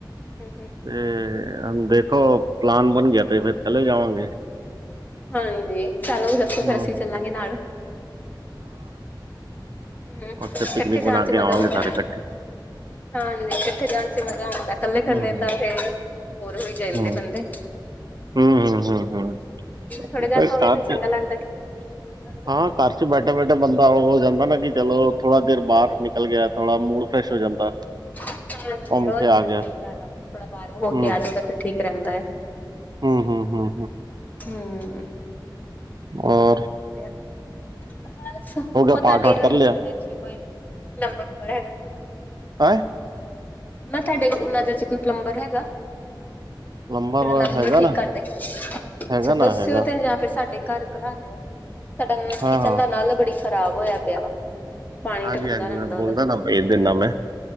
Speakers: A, on the left (about 20°); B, on the right (about 60°).
A: ਹਮ
B: ਤੇ ਦੇਖੋ ਪਲਾਨ ਬਣ ਗਿਆ ਤੇ ਫਿਰ ਚਲੇ ਜਾਵਾਂਗੇ।
A: ਹਾਂਜੀ ਸਾਨੂੰ ਵੀ ਦੱਸਿਓ
B: ਹੂੰ।
A: ਫਿਰ ਅਸੀਂ ਵੀ ਚੱਲਾਂਗੇ ਨਾਲ। ਹੂੰ
B: ਉੱਥੇ ਪਿਕਨਿਕ
A: ਇਕੱਠੇ ਜਾਣ
B: ਬਣਾ
A: 'ਚ
B: ਕੇ ਆਵਾਂਗੇ
A: ਮਜ਼ਾ ਆਉਂਦਾ।
B: ਸਾਰੇ ਇਕੱਠੇ
A: ਹਾਂਜੀ ਇਕੱਠੇ ਜਾਣ 'ਚ ਮਜ਼ਾ ਆਉਂਦਾ ਕੱਲੇ-ਕੱਲੇ
B: ਹੂੰ।
A: ਤਾਂ ਫੇਰ ਬੋਰ ਹੋਈ ਜਾਂਦੇ
B: ਹੂੰ
A: ਬੰਦੇ।
B: ਹੂੰ ਹੂੰ ਹੂੰ ਹੂੰ
A: ਥੋੜੇ ਦਿਨ
B: ਪਰ
A: ਹੋਗੇ
B: ਕਾਰ
A: ਨੇ ਚੰਗਾ
B: ਚ
A: ਲੱਗਦਾ ਕਿਤੇ। ਜਾਣ ਦਾ।
B: ਹਾਂ ਘਰ 'ਚ ਬੈਠੇ-ਬੈਠੇ ਬੰਦਾ ਉਹ ਹੋ ਜਾਂਦਾ <unintelligible> ਨਾ ਕਿ ਚਲੋ ਥੋੜਾ ਦੇਰ ਬਾਹਰ ਨਿਕਲ ਗਿਆ ਥੋੜਾ ਮੂਡ ਫਰੈਸ਼ ਹੋ ਜਾਂਦਾ।
A: ਹਾਂਜੀ
B: ਘੁੰਮ
A: ਉਹ
B: ਕੇ
A: ਤੇ
B: ਆ
A: ਸਹੀ
B: ਗਿਆ
A: ਗੱਲ ਏ ਥੋੜਾ ਬਾਹਰ
B: ਹੂੰ
A: ਹੋ ਕੇ ਆ ਜਾਓ ਤੇ ਫਿਰ ਠੀਕ ਰਹਿੰਦਾ ਏ।
B: ਹੂੰ ਹੂੰ ਹੂੰ
A: ਹੂੰ
B: ਹੋਰ
A: ਫੇਰ ਬਸ ਉਹ
B: ਹੋ ਗਿਆ
A: ਤੁਹਾਡੇ
B: ਪਾਠ ਵਾਠ
A: <unintelligible>
B: ਕਰ ਲਿਆ
A: 'ਚ ਕੋਈ ਨੰਬਰ ਨੂੰਬਰ ਹੈਗਾ।
B: ਹੈਂ
A: ਮੈਂ ਤੁਹਾਡੇ ਨਜ਼ਰ 'ਚ ਕੋਈ ਪਲੰਬਰ ਹੈਗਾ?
B: ਨੰਬਰ
A: ਉਹ ਜਿਹੜਾ ਨਲ-ਨੁਲ
B: ਹੈਗਾ
A: ਠੀਕ
B: ਨਾ
A: ਕਰਦੇ,
B: ਹੈਗਾ
A: ਅੱਛਾ
B: ਨਾ
A: ਦੱਸਿਓ
B: ਹੈਗਾ
A: ਤੇ ਜਾਂ ਫੇਰ ਸਾਡੇ ਘਰ ਘਲਾ ਦਿਓ, ਸਾਡਾ
B: ਹਾਂ
A: ਕਿਚਨ
B: ਹਾਂ
A: ਦਾ ਨਲ ਬੜੀ ਖ਼ਰਾਬ ਹੋਇਆ ਪਿਆ ਵਾ। ਪਾਣੀ
B: ਹਾਂਜੀ
A: ਟਪਕਦਾ
B: ਹਾਂਜੀ
A: ਰਹਿੰਦਾ
B: ਮੈਂ
A: ਉਹਦਾ।
B: ਬੋਲਦਾ ਨਾ ਭੇਜ ਦੇਣਾ